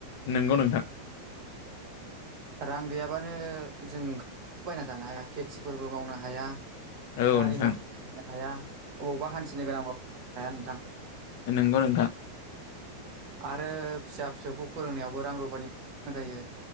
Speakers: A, on the left; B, on the right.
A: नोंगौ नोंथां।
B: रां गैयाबानो जों <unintelligible> बायना जानो हाया। खेथिफोरबो मावनो हाया
A: औ
B: गारि
A: नोंथां
B: मथर बायनो हाया अबावबा हान्थिनो गोनांबा हाया नोंथां।
A: ओ नोंगौ नोंथां।
B: आरो फिसा फिसौखौ फोरोंनायावबो रां रुफानि <unintelligible> जायो।